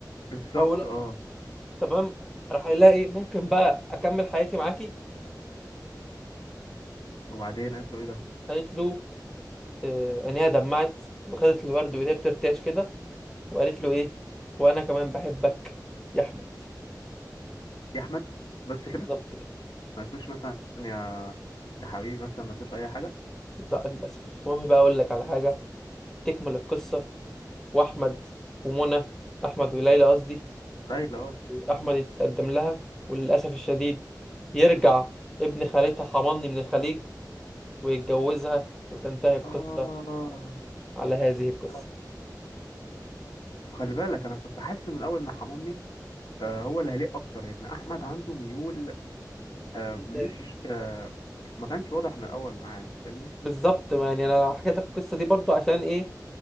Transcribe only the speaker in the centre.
او لا
تمام راح يلاقي ايه ممكن بقى اكمل حياتي معاكي
قالت له آه، عينيها دمعت وخدت الورد وهي بترتعش كده وقالت له ايه وانا كمان بحبك يا احمد
بالظبط
كده
لا للاسف المهم بقى اقول لك على حاجه تكمل القصه واحمد ومنى احمد وليلى قصدي
احمد يتقدم لها وللاسف الشديد يرجع ابن خالتها حماني من الخليج ويتجوزها وتنتهي القصه
على هذه القصه
<coughs>
بالظبط يعني انا حكيت لك القصه دي برضو عشان ايه